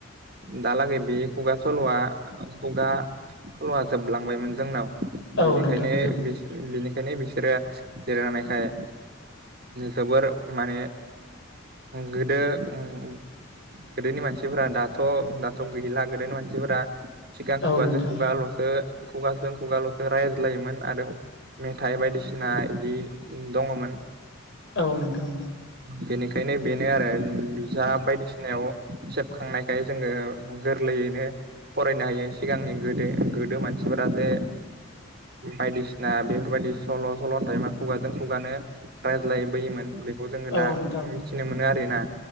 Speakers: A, on the right; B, on the left.
A: दा लागै बि खुगा सलवा खुगा सल'आ जोबलांबायमोन जोंनाव
B: औ
A: बिनिखायनोनि
B: नोंथां जोबोद
A: बिसोर बिनो बेखायनो बिसोरो जिरानायखाय जोबोर माने गोदो ओम गोदोनि मानसिफोरा दाथ' -दाथ' गैला गोदोनि मानसिफोरा सिगां खुगाजों
B: औ नोंथां
A: खुगाल'सो- खुगाजों खुगाल'सो रायज्लायोमोन आरो मेथाइ बायदिसिना इदि दङमोन।
B: औ नोंथां।
A: बेनिखायनो बेनो आरो जा बायदिसिनायाव सेबखांनायखाय जोङो गोर लैनो फरायनो हायो सिगांनि गोदो- गोदो मानसिफोरा जे बायदिसिना बे बेफोरबायदि सल' सल'न्थाइमा खुगाजों खुगानो रायज्लायबोयोमोन बे खौ जोङो दा
B: औ नोंथां
A: मिथिनो मोनो आरो ना